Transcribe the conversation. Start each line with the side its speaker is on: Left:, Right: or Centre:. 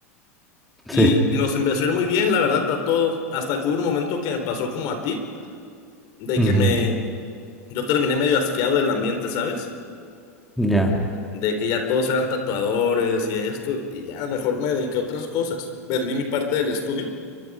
Centre: sí,
Left: Y, y nos empezó a ir muy bien, la verdad, a todos. Hasta que hubo un momento que me pasó como a ti, de
Centre: ujú,
Left: que me, yo terminé medio asqueado del ambiente, ¿sabes?
Centre: ya,
Left: De que ya todos eran tatuadores y esto, y ya mejor me dediqué a otras cosas. Vendí mi parte del estudio